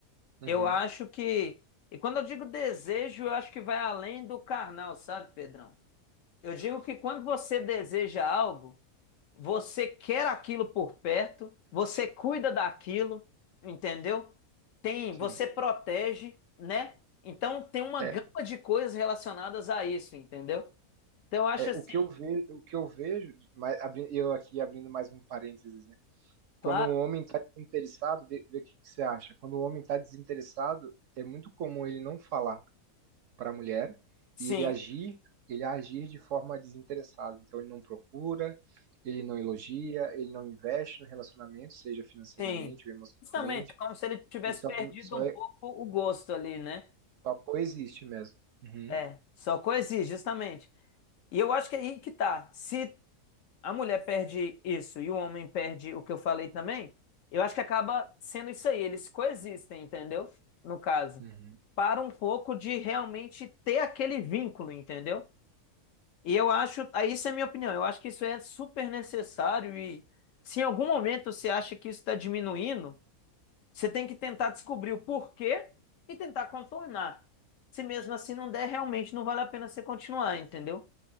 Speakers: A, on the right (about 65°); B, on the left (about 65°).
A: uhum,
B: Eu acho que. E quando eu digo desejo, eu acho que vai além do carnal, sabe, Pedrão? Eu digo que quando você deseja algo. Você quer aquilo por perto, você cuida daquilo, entendeu? Tem,
A: sim.
B: você protege, né? Então tem uma
A: É,
B: gama de coisas relacionadas a isso, entendeu? Então eu acho
A: é
B: assim,
A: o que eu vejo, o que eu vejo, mas abri- eu aqui abrindo mais um parênteses, né? Quando
B: claro,
A: um homem está desinteressado, vê, vê o que, que você acha. Quando o homem está desinteressado, é muito comum ele não falar para a mulher
B: sim,
A: e ele agir, ele agir de forma desinteressada. Então ele não procura, ele não elogia, ele não investe no relacionamento, seja financeiramente
B: sim.
A: ou emocionalmente.
B: Justamente, é como se ele tivesse
A: Ele só,
B: perdido
A: só,
B: um
A: é-
B: pouco o gosto ali, né?
A: só coexiste mesmo. Uhum,
B: É, só coexiste, justamente. E eu acho que é aí que tá. Se a mulher perde isso e o homem perde o que eu falei também, eu acho que acaba sendo isso aí. Eles coexistem, entendeu? No caso,
A: uhum,
B: para um pouco de realmente ter aquele vínculo, entendeu? E eu acho, aí isso é minha opinião, eu acho que isso é super necessário e se em algum momento você acha que isso está diminuindo, você tem que tentar descobrir o porquê e tentar contornar. Se mesmo assim não der, realmente não vale a pena você continuar, entendeu?